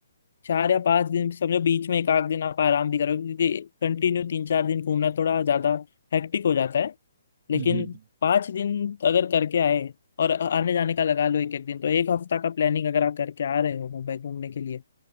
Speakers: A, on the left; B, on the right.
A: चार या पांच दिन समझो बीच में एक आध दिन आप आराम भी करोगे क्योंकि कंटिन्यू तीन चार दिन घूमना थोड़ा ज्यादा हेक्टिक हो जाता है लेकिन
B: हम्म हम्म हम्म।
A: पांच दिन अगर करके आए और आने जाने का लगा लो एक एक दिन तो एक हफ्ता का प्लानिंग अगर आप करके आ रहे हो मुंबई घूमने के लिए